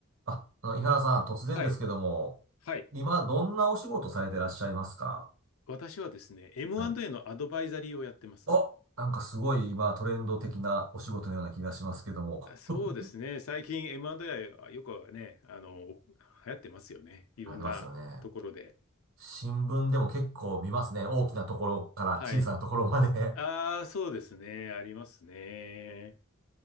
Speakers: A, on the right; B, on the left.
A: あ、あの、井原さん、突然ですけども、
B: はい。はい。
A: 今、どんなお仕事されてらっしゃいますか
B: 私はですね、M&A
A: はい。
B: のアドバイザリーをやってます。
A: あ、なんかすごい今、トレンド的なお仕事のような気がしますけども。
B: あそうですね。
A: <laughs>
B: 最近 M&A はよくね、あの、流行ってますよね。いろんなところで。
A: されてますよね。新聞でも結構見ますね。大きなところから小さなところまで。
B: はい。ああ、そうですね。ありますね。